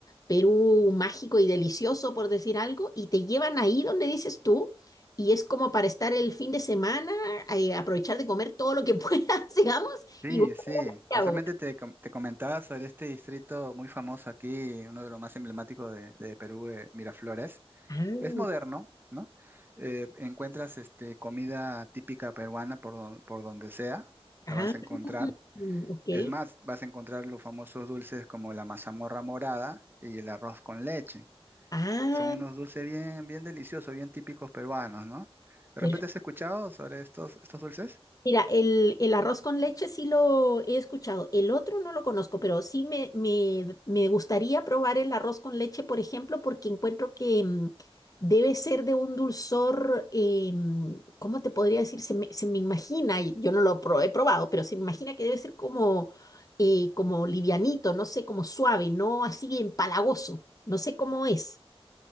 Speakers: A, on the left; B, on the right.
A: Perú mágico y delicioso, por decir algo, y te llevan ahí donde dices tú. Y es como para estar el fin de semana, eh, aprovechar de comer todo lo que <laughs> puedas, digamos,
B: Sí,
A: y volver
B: sí.
A: a Santiago.
B: Casualmente te, com- te comentaba sobre este distrito muy famoso aquí, uno de los más emblemáticos de, de Perú, eh, Miraflores.
A: Ah,
B: Es moderno, ¿no? Eh, encuentras este, comida típica peruana por, don- por donde sea,
A: Ah,
B: la vas a encontrar.
A: mm, ok.
B: Es más, vas a encontrar los famosos dulces como la mazamorra morada y el arroz con leche.
A: Ah,
B: Son unos dulces bien, bien deliciosos, bien típicos peruanos, ¿no? ¿De
A: perfecto.
B: repente has escuchado sobre estos, estos dulces?
A: Mira, el, el arroz con leche sí lo he escuchado. El otro no lo conozco, pero sí me, me, me gustaría probar el arroz con leche, por ejemplo, porque encuentro que mm, debe ser de un dulzor, eh, mm, ¿cómo te podría decir? Se me, se me imagina, y yo no lo pro- he probado, pero se me imagina que debe ser como, eh, como livianito, no sé, como suave, no así empalagoso. No sé cómo es.